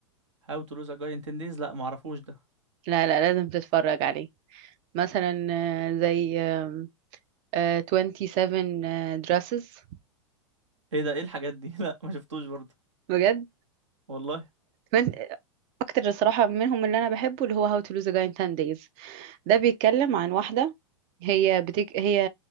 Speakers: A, on the right; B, on the right.
A: هاو تو لوز ا جاي ان 10 دايز لا معرفوش ده
B: لا لا لازم تتفرج عليه مثلا آه، زي آم، آه، 27 آه، dresses
A: ايه ده ايه الحاجات دي <laughs> لا ما شفتوش برضه
B: بجد
A: والله
B: من اكتر الصراحه منهم اللي انا بحبه اللي هو How to Lose a Guy in 10 Days ده بيتكلم عن واحده هي بتك... هي